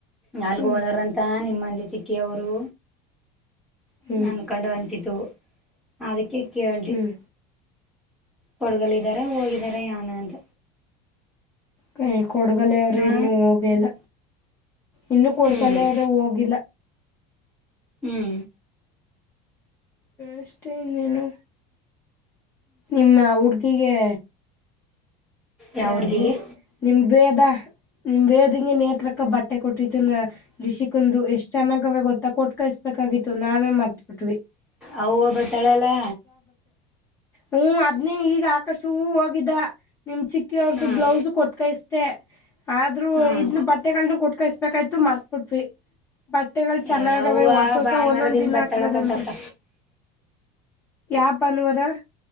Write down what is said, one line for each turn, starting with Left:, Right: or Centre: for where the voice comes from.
Centre: ನಾಲ್ಗ
Left: ಹ್ಮ್
Centre: ಹೋದಾರಂತ ನಿಮ್ಮಜಿ ಚಿಕ್ಕಿ ಅವರು
Left: ಹ್ಮ್
Centre: ನನ್ಕಂಡುುವಂತತ್ತುವು ಅದಕ್ಕೆ ಕೇಳ್ದೆ
Left: ಹ್ಮ್
Centre: ಕೊಡ್ಗಲಿದಾರ ಹೋಗಿದಿದ್ದಾರೆ ಯಾನ ಅಂತ
Left: ಕೈ ಕೊಡ್ಗಲೆ ಅವರು
Centre: ಹಾ
Left: ಇನ್ನುೂ ಹೋಗಿಲ್ಲ ಇನ್ನುೂ ಕೊಡ್ಕಲ್ಲ
Centre: ಹ್ಮ್
Left: ಅವ್ರ ಹೋಗಿಲ್ಲ
Centre: ಹ್ಮ್
Left: ಅಷ್ಟೇನ್ನೇನು ನಿಮ್ನ ಹುಡ್ಗಿಗೆ
Centre: ಯಾವ
Left: ಯಾರ್ಿಗೆ
Centre: ಹುಡ್ಗಿಗೆ
Left: ನಿಮ ವೇದ ನಿಮ್ ವೇದಿಂಗೆ ನೇತ್ರಕ್ಕ ಬಟ್ಟೆ ಕೊಟ್ಟತ್ತುು ಲಿಸಿಕಂದು ಎಷ್ಟ್ ಚೆನ್ನಾಗ ಅವ ಗೊತ್ತಾ ಕೊಟ್ಟ ಕ ಹಾಗಿತ್ತು ನಾವೇ ಮತ್ಬಿಟ್ವಿ
Centre: ಅವುವು ಬತಾಳಲ್ಲ
Left: ಹ್ಮ ಅದ್ನೇ ಈಗ ಆಕ ಶೂ ಹೋಗಿದ್ದ ನಿಮ್ ಚಿಕ್ಕಿ ಅವ್ರ್ದ
Centre: ಹ್ಮ್
Left: ಬ್ಲೌಸ್ ಕೊಟ್ಕತ ಅಷ್ಟೇ ಆದ್ರೂ
Centre: ಹ್ಮ್
Left: ಇದನ್ನ ಬಟ್ಟೆಗಳನ್ನ ಕೊಟ್ಕಸ್ಬೇಕಾಯ್ತು ಮರ್ತ್ಬಿಟ್ವಿ ಬಟ್ಟೆಗಳು ಚೆನ್ನಾಗಾವೆ
Centre: ಏ ಅವ್ವ
Left: ಹೊಸ ಹೊಸ
Centre: ಭಾನುವಾರ
Left: ಒಂದೊಂದ್ ದಿನ
Centre: ಬತ್ತಾಳಕಂತಕ್ಕ
Left: ಹಾಕಿರದಂತೆ ಯಾ ಪಾನುವರ